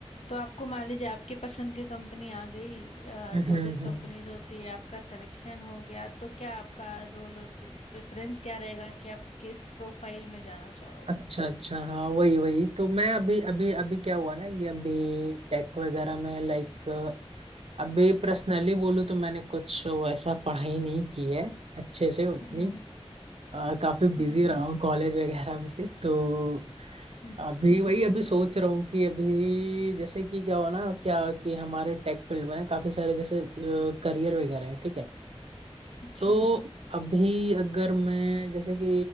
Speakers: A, on the left; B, on the right.
A: तो आपको मान लीजिए आपके पसंद की कंपनी आ गई अ,
B: हम्म
A: जो
B: हम्म
A: बिग
B: हम्म।
A: कंपनीज होती है आपका सिलेक्शन हो गया तो क्या आपका रोल और प्रेफरेंस क्या रहेगा कि आप किस प्रोफाइल में जाना चाहोगे
B: अच्छा अच्छा हाँ वही वही तो मैं अभी अभी अभी क्या हुआ ना कि अभी टेक वगैरह में लाइक अभी पर्सनली बोलूँ तो मैंने कुछ वैसा पढ़ाई नहीं की है अच्छे से उतनी
A: हम्म
B: अ, काफी बिजी
A: हम्म
B: रहा हूँ कॉलेज वगैरह में <laughs> तो
A: हम्म,
B: अभी
A: हम्म,
B: वही अभी सोच रहा हूँ कि अभी जैसे कि क्या हुआ ना क्या कि हमारे टेक फील्ड में ना काफी सारे जैसे करियर वगैरह हैं ठीक है
A: अच्छा
B: तो अभी अगर मैं जैसे कि